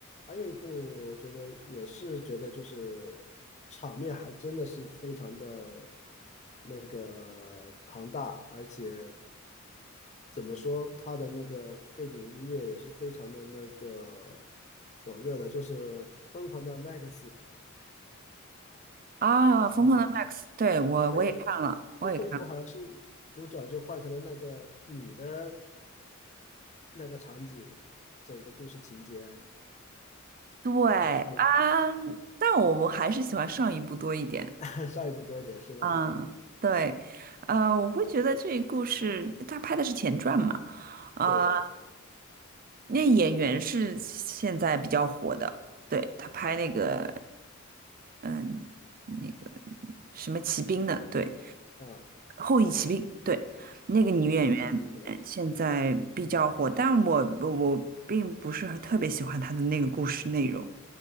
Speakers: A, on the left; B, on the right.
A: 还有一部，我觉得也是觉得就是场面还真的是非常的那个庞大，而且怎么说，它的那个背景音乐也是非常的那个火热的，就是《疯狂的 Max》。
B: 啊，《疯狂的
A: 嗯，
B: Max》，对，我我也看了，
A: 对，
B: 我也看了。
A: 最后一部好像是主角就换成了那个女的那个场景，整个故事情节，
B: 对啊，
A: 嗯
B: 但我们还是喜欢上一部多一点。
A: <laughs> 上一部多一点是吗？
B: 嗯，对，呃，我会觉得这个故事他拍的是前传嘛，呃，
A: 对，
B: 那演员是现在比较火的，对，他拍那个。嗯，那个什么骑兵的，对，
A: 啊，
B: 《后羿骑兵》对，那个女演员呃现在比较火，
A: 我们骑兵是吧？
B: 但我我我并不是特别喜欢她的那个故事内容，